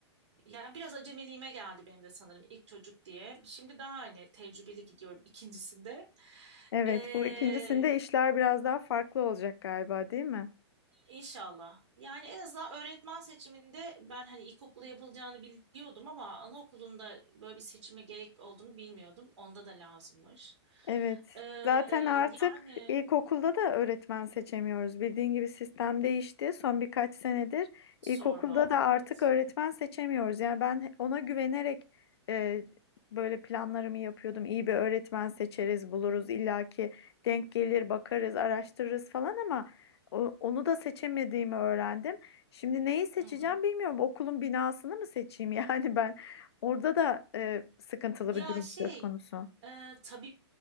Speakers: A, on the right; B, on the left.
A: Yani biraz acemiliğime geldi benim de sanırım ilk çocuk diye. Şimdi daha hani tecrübeli gidiyorum ikincisinde.
B: Evet,
A: Ee,
B: bu ikincisinde işler biraz daha farklı olacak galiba, değil mi?
A: inşallah. Yani en azından öğretmen seçiminde ben hani ilkokulda yapılacağını biliyordum ama anaokulunda böyle bir seçime gerek olduğunu bilmiyordum. Onda da lazımmış.
B: Evet.
A: Ee,
B: Zaten artık
A: yani
B: ilkokulda da öğretmen seçemiyoruz. Bildiğin gibi sistem değişti. Son birkaç senedir
A: Sorma,
B: ilkokulda da artık
A: evet.
B: öğretmen seçemiyoruz. Yani ben ona güvenerek e, böyle planlarımı yapıyordum. İyi bir öğretmen seçeriz, buluruz, illaki denk gelir, bakarız, araştırırız falan ama o- onu da seçemediğimi öğrendim. Şimdi neyi seçeceğim
A: Hı hı.
B: bilmiyorum. Okulun binasını mı seçeyim <laughs> yani ben? Orada da e, sıkıntılı
A: Ya
B: bir durum
A: şey,
B: söz konusu.
A: e, tabii